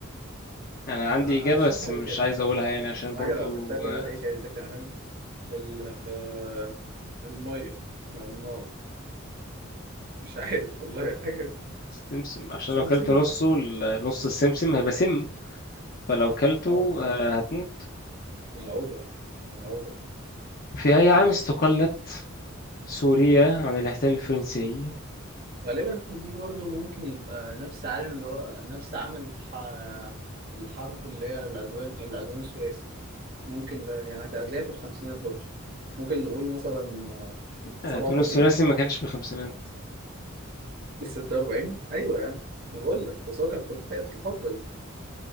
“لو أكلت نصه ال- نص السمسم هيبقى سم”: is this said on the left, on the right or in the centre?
Left